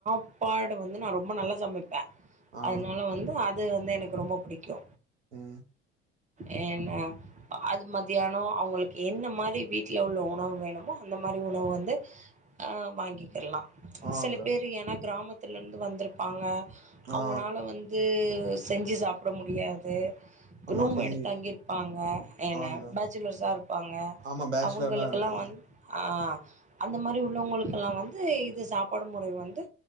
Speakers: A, on the right (about 20°); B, on the right (about 80°).
A: சாப்பாடு வந்து நா ரொம்ப நல்லா சமைப். ப
B: ஆ
A: அதனால வந்து அ. அதுவந்து எனக்கு ரொம்ப புடிக்கு.
B: உஹம்.
A: என்ன அது மத்தியானோ அவங்களுக்கு என்ன மாரி வீட். ஹெல்த்தியா உள்ள உணவு வேணுமோ அந்த மாரி உணவு வந்து வாங்கிக்கிடலா.
B: ஆங்க
A: சில பேரு ஏன்னா கிராமத். பக்கத்துலருந்து வந்திருப்பாங்க அவங்கனால
B: ஆ
A: வந்து செஞ்சு சாப்பிட முடியாது
B: ஆமா
A: ரூம்
B: செஞ்சு
A: எடுத்து தங்கிருப்பாங்க இல்லன்னா
B: ஆங்க
A: பேஜ்லர்ஸா இருப்பாங்க
B: ஆமா பேச்சுலரா
A: அவங்களுக்கெல்லாம்
B: இருப்பாங்க
A: வந்து ஆ அந்த மாதிரி உள்ளவங்களுக்கெல்லாம் வந்து இது சாப்பாடு முறை வந்து